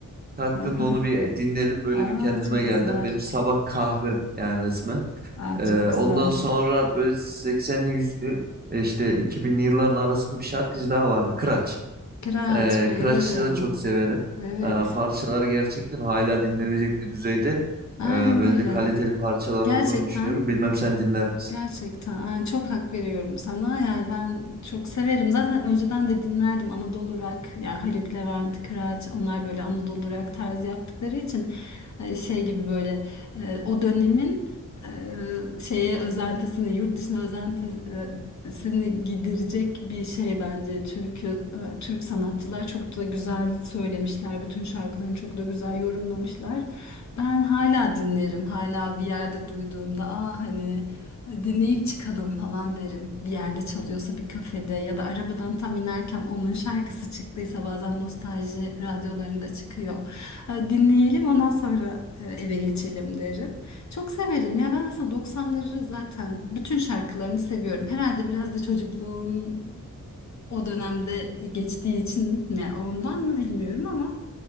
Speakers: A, on the right; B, on the left.
A: Kalktım
B: Aha.
A: da onu bir dinledim böyle
B: Aa
A: bir kendime
B: çok
A: geldim.
B: güzel.
A: Benim sabah kahvem yani resmen.
B: Aa
A: Ee,
B: çok güzel.
A: ondan sonra böyle 80'li 100'lü e, işte 2000'li yılların arasında bir şarkıcı daha vardı. Kıraç.
B: Kıraç
A: Ee,
B: bayılırım.
A: Kıraç'ı da çok severim.
B: Evet.
A: Ee, parçalar gerçekten hala dinlenecek bir düzeyde.
B: Aynen
A: Ee, bence
B: öyle.
A: kaliteli parçalar
B: Gerçekten
A: olduğunu düşünüyorum. Bilmem sen dinler misin?
B: Gerçekten yani çok hak veriyorum sana. Yani ben çok severim. Zaten önceden de dinlerdim Anadolu rock. Yani Haluk Levent, Kıraç onlar böyle Anadolu rock tarzı yaptıkları için e, şey gibi böyle e, o dönemin e, şeye özentisini, yurt dışına özentisini giderecek bir şey bence. Türk'ü, e, Türk sanatçılar çok da güzel söylemişler. Bütün şarkılarını çok da güzel yorumlamışlar. Ben hala dinlerim. Hala bir yerde duyduğumda aa hani dinleyip çıkalım falan derim. Bir yerde çalıyorsa bir kafede ya da arabadan tam inerken onun şarkısı çıktıysa bazen nostalji radyolarında çıkıyor. Ha, Dinleyelim ondan sonra e, eve geçelim derim. Çok severim ya ben aslında 90'ları zaten bütün şarkılarını seviyorum. Herhalde biraz da çocukluğun o dönemde e, geçtiği için mi ondan mı bilmiyorum ama